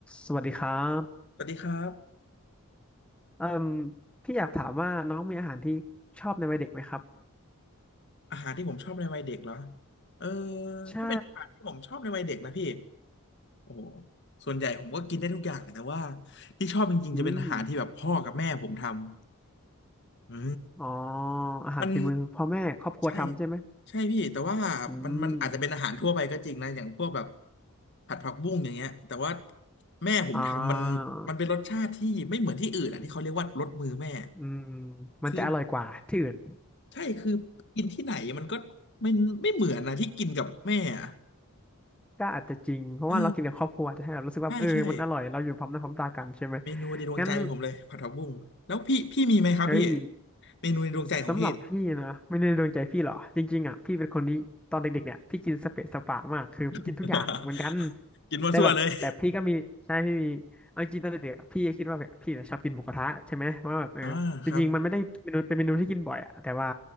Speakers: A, in the centre; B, on the left.
A: สวัสดีครับ
B: สวัสดีครับ
A: เอ่มพี่อยากถามว่าน้องมีอาหารที่ชอบในวัยเด็กไหมครับ
B: อาหารที่ผมชอบในวัยเด็กเหรอเออ
A: ใช่
B: ถ้าเป็นอาหารที่ผมชอบในวัยเด็กนะพี่โอ้โหส่วนใหญ่ผมก็กินได้ทุกอย่างแต่ว่าที่ชอบจริงๆจะเป็นอาหารที่แบบพ่อกับแม่ผมทำ
A: อืม
B: เออ
A: อ๋ออาหารฝีมือพ่อแม่ครอบครัวทำใช่ไหม
B: มันใช่ใช่พี่แต่ว่ามันมันอาจจะเป็นอาหารทั่วไปก็จริงนะอย่างพวกแบบ
A: อืม
B: ผัดผักบุ้งอย่างเงี้ยแต่ว่าแม่ผมทำมันมันเป็นรสชาติที่ไม่เหมือนที่อื่นอ่ะที่เขาเรียกว่ารสมือแม่
A: อ่าอืมมันจะอร่อยกว่าที่อื่น
B: คือ ใช่คือกินที่ไหนมันก็ไม่ไม่เหมือนนะที่กินกับแม่อะ
A: ก็อาจจะจริงเพราะว่าเรากินกับครอบครัวจะให้เรารู้สึกว่าเออมันอร่อยเราอยู่พร้อมหน้าพร้อมตากันใช่ไหม
B: เออใช่ใช่เมนูในดวงใจผมเลยผัดผักบุ้งแล้วพี่พี่มีไหมครับพี่
A: งั้นเอ้ย
B: เมนูในดวงใจของพี่
A: สำหรับพี่นะไม่ได้โดนใจพี่หรอกจริงๆอ่ะพี่เป็นคนนี้ตอนเด็กๆเนี่ยพี่กินสเปะสปะมากคือพี่กินทุกอย่างเหมือนกัน
B: <laughs> กินมั่วซั่วเลย
A: แต่แบบแต่พี่ก็มีใช่พี่มีเอาจริงตอนเด็กๆอะพี่ก็คิดว่าแบบพี่น่ะชอบกินหมูกระทะใช่ไหมว่าแบบเออจริงๆมันไม่ได้เมนูเป็นเมนูที่กินบ่อยอ่ะแต่ว่า
B: อ่าครับ